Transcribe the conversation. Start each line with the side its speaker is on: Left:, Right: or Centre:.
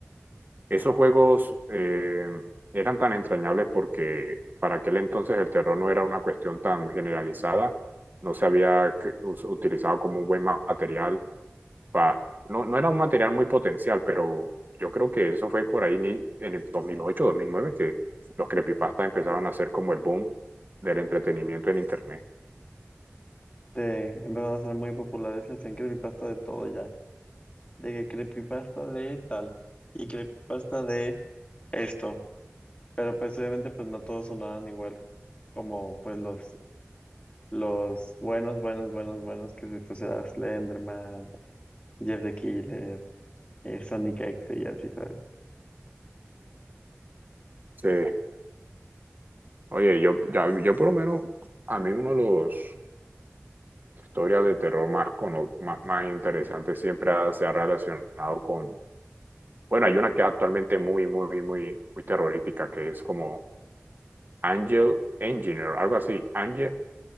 Right: esos juegos eh, eran tan entrañables porque para aquel entonces el terror no era una cuestión tan generalizada, no se había que- us- utilizado como un buen ma- material pa- no, no era un material muy potencial, pero yo creo que eso fue por ahí ni- en el dos dos mil ocho dos mil nueve que los creepypastas empezaron a ser como el boom del entretenimiento en Internet.
Left: Te empezaron a ser muy populares y hacían creepypasta de todo ya. De que creepypasta de tal y creepypasta de esto. Pero pues obviamente pues no todos sonaban igual como pues los, los buenos, buenos, buenos, buenos que se pues era Slenderman, Jeff the Killer, eh, Sonic X y así, ¿sabes?
Right: Sí. Oye, yo, ya- yo por lo menos, a mí uno de los historias de terror más, cono- más, más interesantes siempre ha- se ha relacionado con, bueno, hay una que es actualmente muy, muy, muy, muy terrorífica, que es como Angel Engineer, algo así. Angel,